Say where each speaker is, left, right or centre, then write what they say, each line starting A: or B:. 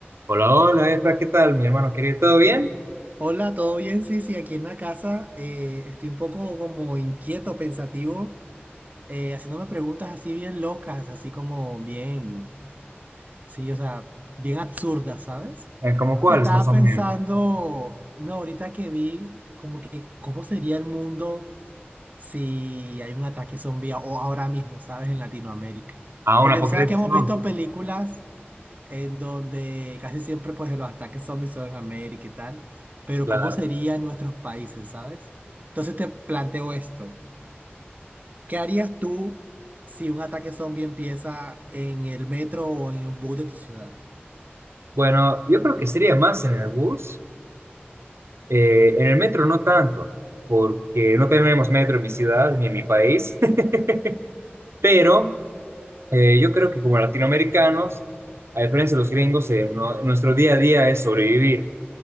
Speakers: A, on the right (about 85°); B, on the right (about 40°).
A: Hola, hola, Efra, ¿qué tal, mi hermano querido? ¿Todo bien?
B: Hola, ¿todo bien? Sí, sí, aquí en la casa eh, estoy un poco como inquieto, pensativo, eh, haciéndome preguntas así bien locas, así como bien, sí, o sea, bien absurdas, ¿sabes?
A: Eh, ¿Cómo cuáles
B: Y estaba
A: más o
B: pensando,
A: menos?
B: no, ahorita que vi, como que, ¿cómo sería el mundo si hay un ataque zombie o ahora mismo, ¿sabes? En Latinoamérica.
A: Ah,
B: Porque
A: un apocalipsis
B: tú sabes que hemos
A: zombie,
B: visto películas en donde casi siempre pues los ataques zombies son en América y tal, pero
A: claro.
B: ¿cómo sería en nuestros países, sabes? Entonces te planteo esto, ¿qué harías tú si un ataque zombie empieza en el metro o en un bus de tu ciudad?
A: Bueno, yo creo que sería más en el bus, eh, en el metro no tanto, porque no tenemos metro en mi ciudad ni en mi país, <laughs> pero eh, yo creo que como latinoamericanos, a diferencia de los gringos, eh, no- nuestro día a día es sobrevivir.